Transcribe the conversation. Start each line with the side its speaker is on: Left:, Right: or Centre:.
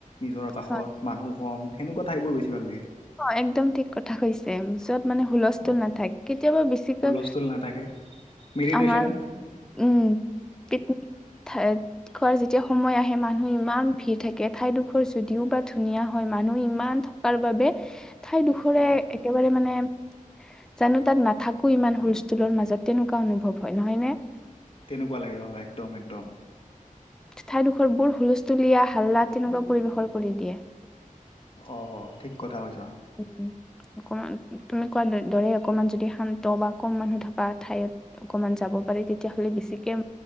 Left: নিজৰাৰ কাষত,
Centre: হয়
Left: মানুহ কম সেনেকুৱা ঠাইবোৰ বেছি ভাল লাগে।
Centre: অ একদম ঠিক কথা কৈছে, যত মানে হুলস্থুল
Left: অ
Centre: নাথাকে কেতিয়াবা বেছিকৈ
Left: হুলস্থুল নাথাকে মেডিটেশ্যন
Centre: আমাৰ উম পিকনিক খোৱাৰ যেতিয়া সময় আহে মানুহ ইমান ভিৰ থাকে, ঠাইডোখৰ যদিও বা ধুনীয়া হয় মানুহ ইমান বাবে ঠাইডোখৰে
Left: অ
Centre: একেবাৰে মানে জানো তাত নাথাকোঁ ইমান হুলস্থুলৰ মাজত তেনেকুৱা অনুভৱ হয়, নহয়নে?
Left: তেনেকুৱা লাগে অ', একদম, একদম।
Centre: ঠাইডোখৰ বোৰ হুলস্থুলীয়া, হাল্লা তেনেকুৱা পৰিৱেশৰ কৰি দিয়ে।
Left: অ', ঠিক কথা কৈছা।
Centre: <inaudible> অকমান তুমি কোৱা দ- দৰেই অকমান যদি শান্ত বা কম মানুহ থকা ঠাইত অকমান যাব পাৰি, তেতিয়া হ'লে বেছিকে